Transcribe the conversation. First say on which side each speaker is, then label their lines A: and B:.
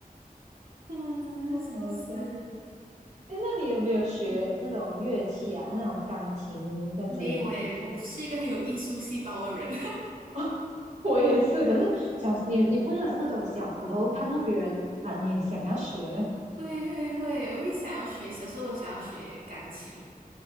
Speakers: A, on the right (about 65°); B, on the right (about 50°).
A: 嗯，
B: <laughs>
A: 真的是笑死，
B: 哦，好好笑。哎，那你有没有学那种乐器啊？
A: 嗯，
B: 那种钢琴的之类的？
A: 没有诶，我不是一个很有艺术细胞的人，
B: <laughs> 哦，我也是，可是小你你不会有像那种小时候看到别人弹，你想要学？
A: <laughs> 会会会，我会想要学，小时候我想要学钢琴，